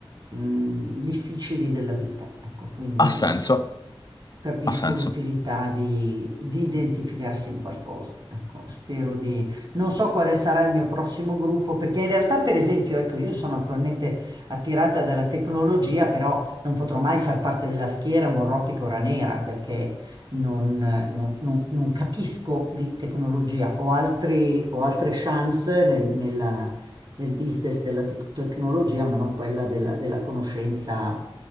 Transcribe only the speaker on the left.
ha senso,
ha senso.